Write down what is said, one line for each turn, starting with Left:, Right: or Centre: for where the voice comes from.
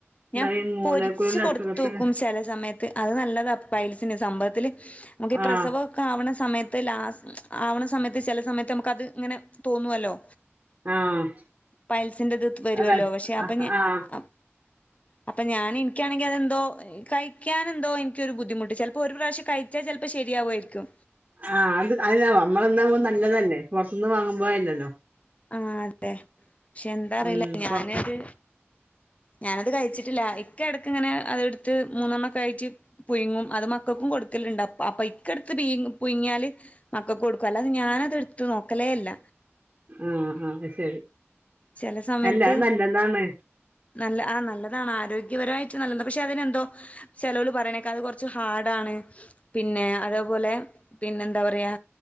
Right: എന്താ
Left: ഞാ
Right: ഈ മൂലക്കുരുവിന്റെ
Left: പൊര്ച്ച് കൊട്ത്തോക്കും
Right: അസുഖത്തിന്
Left: ചെല സമയ ത്ത്. അത് നല്ലതാ പൈൽസിന്. സംഭവത്തില് നമുക്ക് ഈ പ്രസവോ
Right: ആഹ്
Left: ക്കാവ്ണ സമയത്ത് ലാസ് ആവ്ണ സമയത്ത് ചെല സമയത്ത് ന് അമുക്കത് ങ്ങനെ തോന്നുവല്ലോ
Right: ആഹ്
Left: പൈൽസിന്റെത് വരുവല്ലോ.
Right: അതാണ്
Left: പക്ഷെ അപ്പൊ
Right: ആഹ്
Left: ഞാൻ
Right: ആഹ്
Left: അ അപ്പഞാന് ഇൻക്കാണെങ്കി അതെന്തോ കഴിക്കാനെന്തോ ഇൻകൊരു ബുദ്ധിമുട്ട്. ചെൽപ്പോ ഒരു പ്രാവശ്യം കഴി ച്ചാ ചെൽപ്പോ ശരിയാവ്വോയിരിക്കും.
Right: ആഹ് അത് അ <unintelligible> മ്മളന്നാവുമ്പോ നല്ലതല്ലേ. പൊർത്ത് ന്ന് വാങ്ങുമ്പോ അല്ലല്ലോ
Left: ആഹ് അതെ. ക്ഷെ എന്താ അറിയില്ല
Right: ഉം
Left: ഞാനത്
Right: പൊറത്ത്
Left: ഞാനത് കഴിച്ചിട്ടില്ല. ഇക്ക എട്ക്ക് ങ്ങനെ അഹ്ട്ത്ത് മൂന്നെണ്ണൊക്കായിറ്റ് പുഴുങ്ങും. അത് മക്കക്കും കൊട്ക്കല്ണ്ട്. അപ്പ അപ്പൊ ഇക്ക ട്ത്ത് പീങ്ങു പുഴ്ങ്ങിയാല് മക്കക്കുകൊടുക്കും. അല്ലാതെ ഞാനത്ട്ത്ത് നോക്കലേ ല്ല.
Right: ആഹ് ആഹ് അഹ് ശരി.
Left: ചെല സമയത്ത്
Right: അല്ല അത് നല്ലതാണ്
Left: നല്ല ആഹ് നല്ലതാണ്. ആരോഗ്യപരമായിട്ട് നല്ലതാ. പക്ഷെ അത് നെന്തോ ചെലോല് പറിണേക്കാ അത് കൊർച്ച് ഹാഡാണ്. പിന്നെ അതേപോലെ പിന്നെന്താ പറിയാ